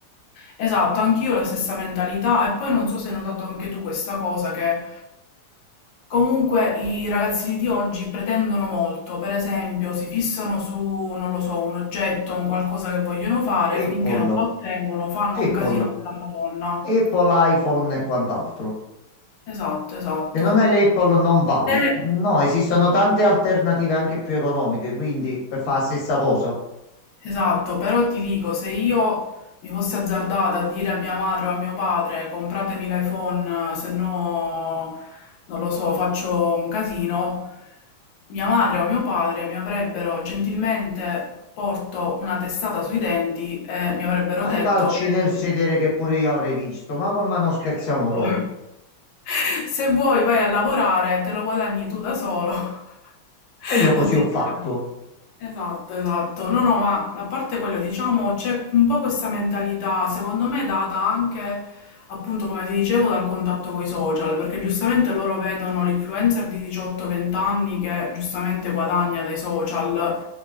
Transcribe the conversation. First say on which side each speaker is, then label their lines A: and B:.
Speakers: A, on the left; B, on the left.
A: Esatto, anch'io ho la stessa mentalità e poi non so se hai notato anche tu questa cosa che comunque i ragazzini di oggi pretendono molto, per esempio si fissano su, non lo so, un oggetto, un qualcosa che vogliono fare, finché
B: Apple,
A: non lo ottengono fanno
B: Apple,
A: un casino della Madonna.
B: Apple iPhone e quant'altro.
A: Esatto, esatto.
B: Se non hai l'Apple non vali.
A: Te
B: No, esistono tante alternative anche più economiche, quindi per fare la stessa cosa.
A: Esatto, però ti dico, se io mi fossi azzardata a dire a mia madre o a mio padre compratemi l'iPhone, se no, non lo so, faccio un casino, mia madre o mio padre mi avrebbero gentilmente porto una testata sui denti e mi avrebbero
B: Ma
A: detto,
B: i calci
A: "Vedi,
B: nel sedere che pure io avrei visto, ma, qua- ma non scherziamo
A: esatto,
B: proprio.
A: <laughs> se vuoi vai a lavorare, te lo guadagni tu da solo. <laughs>
B: E io così
A: Addirittura.
B: ho fatto,
A: Esatto, esatto. No, no, ma a parte quello, diciamo, c'è un po' questa mentalità, secondo me, data anche, appunto, come ti dicevo, dal contatto con i social, perché giustamente loro vedono l'influencer di 18-20 anni che giustamente guadagna dai social